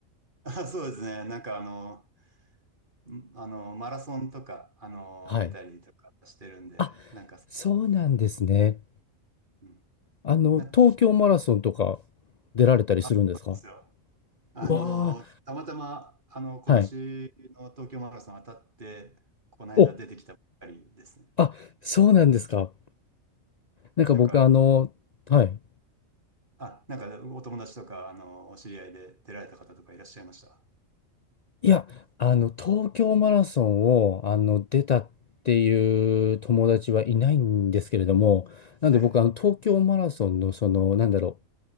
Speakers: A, on the right (about 40°); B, on the left (about 75°).
A: <laughs> あ、そうですね。なんか、あの、んあの、マラソンとか、あの、
B: はい。
A: 出たりとかしてるんで、
B: あ、
A: なんかその、
B: そうなんですね。
A: うん。
B: あの、
A: な、
B: 東京マラソンとか出られたりするんですか
A: あ、そうなんですよ。あの、
B: うわ
A: たまたま、あの、今年の東京マラソン当たって、
B: ー、はい。
A: この間出てきたばっかりですね。
B: お、あ、そうなんですか。なんか僕、
A: なんか、
B: あの、はい。
A: あ、なんかお友達とか、あの、お知り合いで出られた方とかいらっしゃいました。
B: いや、あの、東京マラソンを、あの、出たっていう友達はいないんですけれども、なんで僕、
A: はい。
B: あの、東京マラソンの、その、なんだろ